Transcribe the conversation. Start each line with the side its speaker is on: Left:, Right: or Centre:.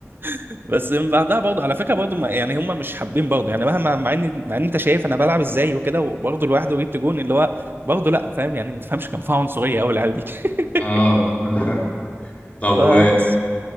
Right: <laughs> بس من بعدها برضه على فكره برضه ما- يعني هم مش حابين برضه يعني مهما مع ان مع ان انت شايف انا بلعب ازاي وكده وبرضه لوحدي وجبت جون اللي هو برضه لا فاهم يعني ما تفهمش كان فيها عنصريه قوي العيال دي <laughs>
Left: اه <laughs> طب
Right: فبس
Left: و